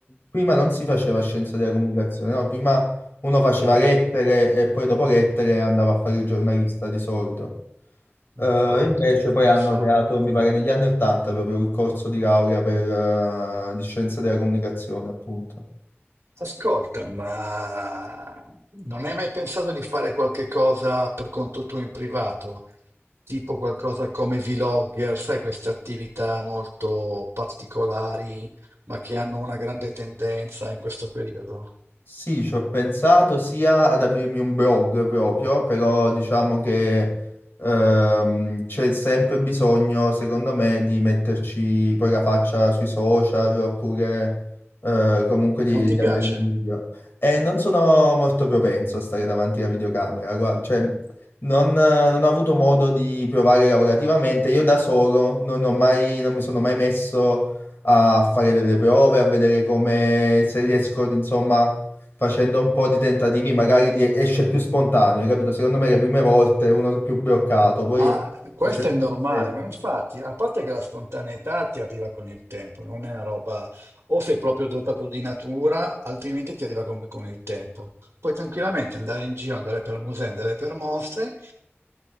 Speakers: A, on the left; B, on the right.
A: Prima non si faceva scienza della comunicazione, no? Prima uno faceva lettere e poi dopo lettere andava a fare il giornalista di solito. Eh,
B: Infatti,
A: invece
B: infatti.
A: poi hanno creato, mi pare negli anni Ottanta, proprio il corso di laurea per, eh, di scienza della comunicazione, appunto.
B: Ascolta, ma non hai mai pensato di fare qualche cosa per conto tuo in privato? Tipo qualcosa come vlogger, sai, queste attività molto particolari, ma che hanno una grande tendenza in questo periodo?
A: Sì, ci ho pensato sia ad aprirmi un blog proprio, però diciamo che ehm, c'è sempre bisogno, secondo me, di metterci poi la faccia sui social oppure eh, comunque di,
B: Non ti
A: di
B: piace?
A: andare in video. E non sono molto propenso a stare davanti alla videocamera, guarda, cioè non, non ho avuto modo di provare lavorativamente. Io da solo non ho mai- non mi sono mai messo a fare delle prove, a vedere come se riesco, insomma facendo un po' di tentativi, magari di- esce più spontaneo, hai capito? Secondo me le prime volte uno è più bloccato, poi
B: Ma questo
A: facendo
B: è normale,
A: lo stesso.
B: ma infatti, a parte che la spontaneità ti arriva con il tempo, non è una roba, o sei proprio dotato di natura, altrimenti ti arriva comunque con il tempo. Puoi tranquillamente andare in giro, andare per musei, andare per mostre,